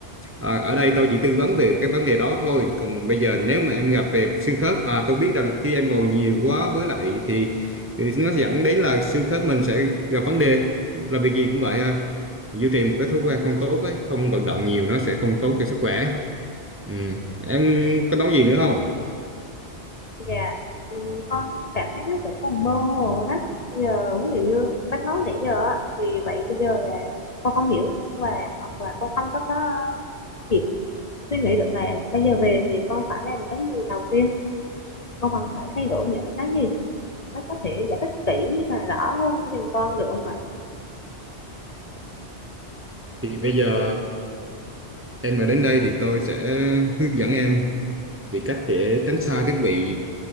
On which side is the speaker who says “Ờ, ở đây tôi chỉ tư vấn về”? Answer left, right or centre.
Right